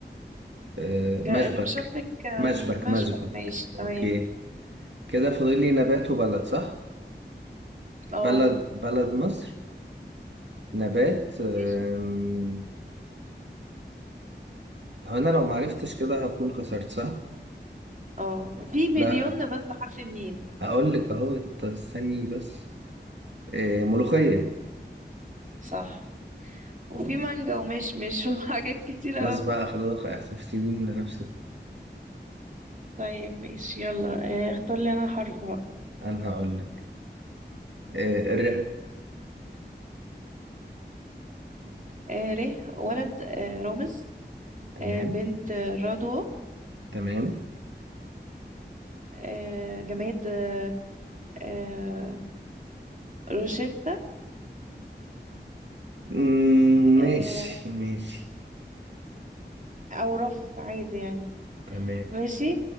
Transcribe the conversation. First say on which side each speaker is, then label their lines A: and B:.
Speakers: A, on the right (about 80°); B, on the right (about 45°).
A: آه،
B: جا-
A: مشبك
B: مشبك آه،
A: مشبك
B: مشبك
A: مشبك
B: ماشي
A: اوكي
B: تمام
A: كده فاضل لي نبات وبلد صح
B: اه
A: بلد بلد مصر نبات أم،
B: ماشي
A: هو انا لو معرفتش كده هكون خسرت صح
B: اه في مليون
A: لا
B: نبات بحرف الميم
A: هقول لك اهو ت- استني بس إيه ملوخية
B: صح وفي مانجا ومشمش <laughs> وحاجات كتيرة
A: خلاص
B: أوي
A: بقى خلاص احتفظي بيهم لنفسك
B: طيب ماشي يلا آه، اختار لي أنا حرف بقى
A: انا هقول لك إيه الرب
B: آه ر ولد آه رامز
A: تمام
B: آه بنت آه رضوى
A: تمام
B: آه جماد آه آه، روشيتا
A: مم،
B: آه
A: ماشي ماشي
B: أو رف عادي يعني
A: تمام
B: ماشي